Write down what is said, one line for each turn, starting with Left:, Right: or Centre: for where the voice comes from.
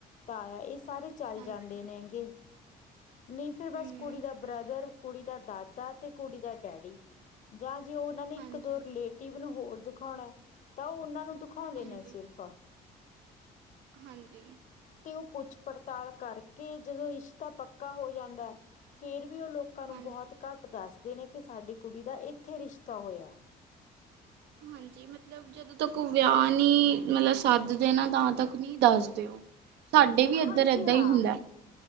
Left: ਤਾਇਆ, ਇਹ ਸਾਰੇ ਚੱਲ
Right: ਹਾਂਜੀ
Left: ਜਾਂਦੇ ਨੇ ਗੇ, ਨਈੰ ਤੇ ਬਸ
Right: ਹਮ
Left: ਕੁੜੀ ਦਾ
Right: ਹਾਂਜੀ
Left: ਬ੍ਰਦਰ, ਕੁੜੀ ਦਾ ਦਾਦਾ, ਤੇ ਕੁੜੀ ਦਾ ਡੈਡੀ।, ਜਾਂ ਜੇ ਓਨਾਂ ਨੇ
Right: ਹਾਂਜੀ
Left: ਇੱਕ ਦੋ ਰਿਲੇਟ ਟੀ ਵੀ ਨੂੰ ਹੋਰ ਦਿਖੋਣਾ, ਤਾਂ ਓ ਓਨਾਂ ਨੂੰ ਦਿਖਾਉਂਦੇ
Right: ਹਾਂਜੀ
Left: ਨੇ ਸਿਰਫ
Right: ਹਾਂਜੀ।
Left: ਤੇ ਓ ਪੁੱਛ ਪੜਤਾਲ ਕਰਕੇ, ਜਦੋਂ ਰਿਸ਼ਤਾ ਪੱਕਾ ਹੋ ਜਾਂਦੈ ਫੇਰ ਵੀ ਓ ਲੋਕਾਂ ਨੂੰ
Right: ਹਾਂਜੀ
Left: ਬਹੁਤ ਘੱਟ ਦੱਸਦੇ ਨੇ ਕਿ, ਸਾਡੀ ਕੁੜੀ ਦਾ ਏਥੇ ਰਿਸ਼ਤਾ ਹੋਇਆ
Right: ਹਾਂਜੀ, ਮਤਲਬ ਜਦੋਂ ਤੱਕ ਓ ਵਿਆਹ ਨਹੀਂ, ਮਤਲਬ ਸੱਦਦੇ ਨਾ ਤਾਂ ਤੱਕ ਨਹੀਂ ਦੱਸਦੇ ਉਹ ਸਾਡੇ ਵੀ ਇੱਧਰ,
Left: ਹਾਂਜੀ
Right: ਏਦਾਂ
Left: ਹਾਂ
Right: ਹੀ ਹੁੰਦਾ